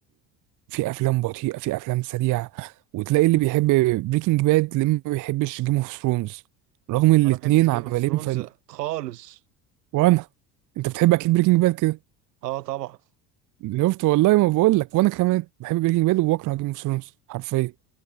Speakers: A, on the right (about 40°); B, on the right (about 85°).
A: في افلام بطيئه في افلام سريعه وتلاقي اللي بيحب بريكنج باد اللي ما بيحبش جيم اوف ثرونز رغم ان الاتنين
B: انا ما بحبش جيم
A: عمالين
B: اوف ثرونز
A: فن
B: خالص
A: وانا انت بتحب اكيد بريكنج باد كده
B: اه طبعا
A: شفت والله ما بقول لك وانا كمان بحب بريكنج باد وبكره جيم اوف ثرونز حرفيا